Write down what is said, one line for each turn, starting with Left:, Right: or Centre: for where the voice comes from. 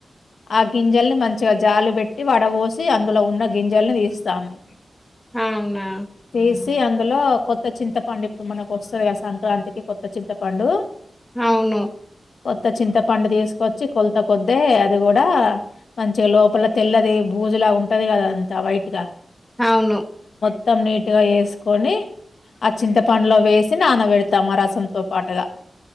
Left: ఆ గింజల్ని మంచిగా జాలు పెట్టి వడ పోసి అందులో ఉన్న గింజల్ని తీస్తాము
Centre: అవునా
Left: తీసి అందులో కొత్త చింతపండు ఇప్పుడు మనకు వస్తది కదా సంక్రాంతికి కొత్త చింతపండు
Centre: అవును
Left: కొత్త చింతపండు తీసుకొచ్చి కొ కొద్దే అది కూడా మంచిగా లోపల తెల్లది బూజులా ఉంటది కదా అంతా వైట్ గా
Centre: అవును
Left: మొత్తం నీట్ గా వేసుకొని ఆ చింతపండులో వేసి నానబెడతాం ఆ రసంతో పాటుగా.